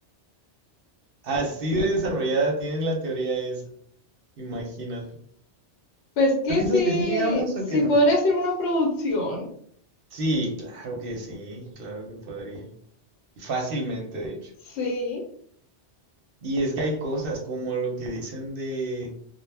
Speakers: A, on the right; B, on the left.
A: Así de desarrollada tiene la teoría esa. Imagínate.
B: Pues que
A: ¿Tú piensas
B: sí,
A: que sí llegamos
B: sí
A: o que no?
B: podría ser una producción,
A: Sí, claro que sí, claro que podría. Y Fácilmente, de hecho.
B: sí,
A: Y es que hay cosas como lo que dicen de,